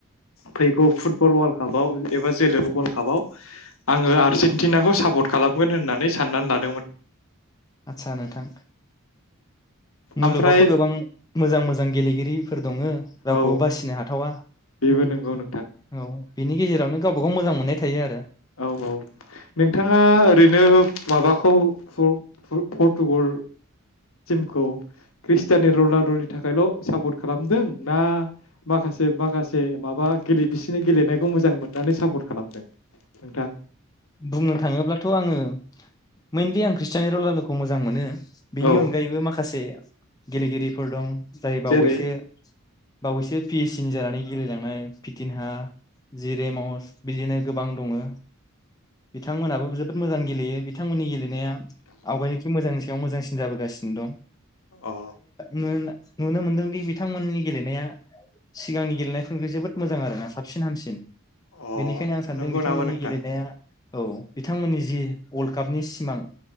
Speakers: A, on the left; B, on the left.
A: फैगौ फुटबल वार्ल्ड कापाव एबा जोलेर वार्ल्ड कापाव आङो आर्जेनटिनाखौ सापर्ट खालामगोन होननानै साननानै लादों
B: आदसा नोंथां मुलुगावथ'
A: ओमफ्राय
B: गोबां मोजां मोजां गेलेगिरि दंङो रावखौबो
A: औ
B: बासिनो हाथावा
A: बेबो नंगौ नोंथां
B: औ बिनिे गेजेरावनो गाव बेखौ मोजां मोन्नाय थायो आरो
A: औ औ नोंथाङा
B: औ
A: ओरैनो माबाखौ <unintelligible> टिमखौ क्रिस्टियनि रनाल्द'नि थाखायल' सापर्ट खालामदों ना माखासे माखासे माबा गेले बिसिनि गेलेनायखौ मोजां मोननानै सापर्ट खालामदों नोंथां
B: बुंनो थाङोब्लाथ' आङो मइनलि आं खृस्टिनि रनाल्द मोजां मोनो बिनि
A: औ
B: अनगायैबो माखासे गेलेगिरिफोर दं जाय
A: जेरै
B: बावैसो बावैसो पि एस सिन जानानै गेलेलांनाय फिटिनहा जिरे मावस बिदिनो गोबां दङ बिथांमोनाबो जोबोद मोजां गेलेयो बिथांमोननि गेलेनाया आवगायनि मोजां बेयाव मोजांसिन जाबोगासिनो दं
A: अ
B: <unintelligible> नुनो मोन्दोंदि बिथांमोननि गेलेनाया सिगांनि गेलेनायफोरनिख्रुय जोबोद मोजां आरोना साबसिन हामसिन
A: अ
B: बेनिखायनो आं सानदों
A: नंगौ
B: बिथांमोननि
A: नामा नोंथां
B: गेलेनाया औ बिथांमोननि जि वर्ल्ड कापनि सिमां